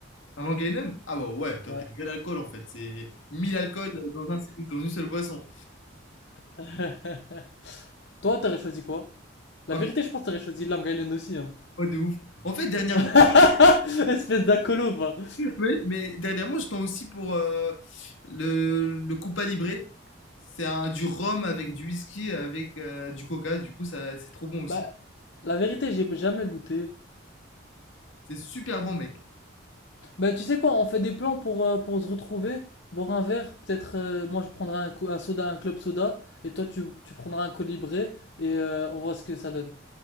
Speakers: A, on the left; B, on the left.
A: Un Long Island? Ah bah ouais, toi
B: Ouais.
A: t'es bel alcool en fait. C'est 1000 alcools dans, un, dans une seule boisson.
B: <laughs> Toi, t'aurais choisi quoi? La
A: Ah
B: vérité, je pense que t'aurais choisi Long Island aussi, hein.
A: mais ouais, de ouf. En fait, dernièrement,
B: <laughs> Espèce d'acolo, va.
A: oui, mais dernièrement, je tends aussi pour euh, le, le Copa Libre. C'est un du rhum avec du whisky, avec euh, du coca. Du coup, ça, c'est trop bon aussi.
B: Bah, la vérité, j'ai jamais goûté.
A: C'est super bon, mec.
B: Bah, tu sais quoi, on fait des plans pour, euh, pour se retrouver, boire un verre, peut-être euh, moi je prendrai un, co- un soda, un club soda, et toi tu, tu prendras un colibré, et euh, on voit ce que ça donne.